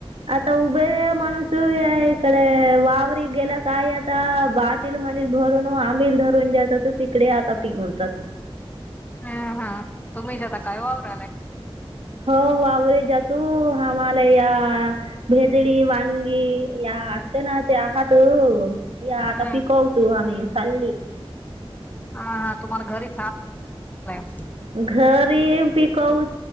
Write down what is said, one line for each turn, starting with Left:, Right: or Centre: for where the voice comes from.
Right: आता उभे माणूस तू या इकडे वावर गेला काय आता बाटील मध भरून आंबिल धरून जात तू तिकडे आता पघूनतात.
Left: ह हा तु्ही जता काय वावरालाय.
Right: हो वावरे जातू आम्हाला या भेदडी वांगी या अकनाचे आहात. या
Left: हम्
Right: आता पिकवतू हामी. <unintelligible>
Left: हा हा. तुम्हाला घरी <unintelligible>
Right: घरी पीकव,